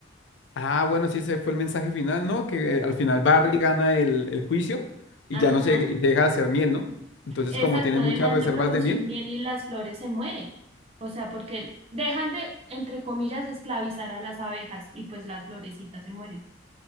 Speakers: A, on the left; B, on the right.
A: Ah, bueno, sí, ese fue el mensaje final, ¿no? Que eh, al final Barry gana el, el juicio y
B: Ajá,
A: ya no se, y se deja de hacer miel, ¿no? Entonces,
B: exacto,
A: como tiene muchas
B: dejan
A: reservas
B: de producir
A: de miel,
B: miel y las flores se mueren. O sea, porque dejan de, entre comillas, esclavizar a las abejas y pues las florecitas se mueren.